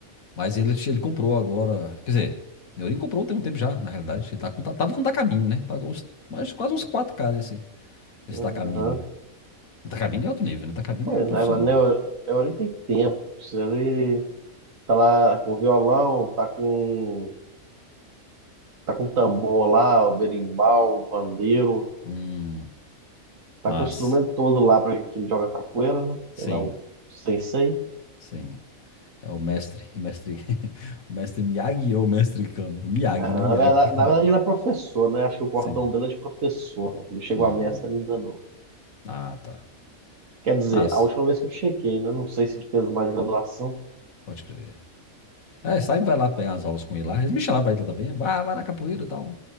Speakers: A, on the left (about 75°); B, on the right (about 65°).
A: Mas ele, ele comprou agora. Quer dizer, ele comprou tem um tempo já, na realidade. Ele tá com, tá- tava com um Takamine, né? Pagou uns, mais, quase uns quatro k nesse, nesse
B: Aham.
A: Takamine. O Takamine é outro nível, né? O Takamine
B: Pois
A: é profissional.
B: é, mas Neo- Neori tem tempo. Se Ele tá lá com violão, tá com Tá com tambor lá, o berimbau, o pandeiro.
A: Hum,
B: Tá
A: mas,
B: com o instrumento todo lá para que ele joga capoeira, né?
A: sim,
B: Sei lá, o sensei.
A: sim. É o mestre, mestre. <laughs> O mestre Miyagi ou o mestre Kami? É Miyagi,
B: Ah,
A: né? Miyagi.
B: na verdade, na verdade, ele é professor, né? Acho que o cordão
A: Sim.
B: dele é de professor. Não chegou
A: Hum,
B: a mestre ainda, não.
A: ah, tá.
B: Quer dizer,
A: Mas,
B: a última vez que eu chequei, né? Não sei se ele fez mais graduação.
A: pode crer. É, sai vai lá pegar as aulas com ele lá. Eles me chamaram pra ir lá também. Vai, vai na capoeira e tal.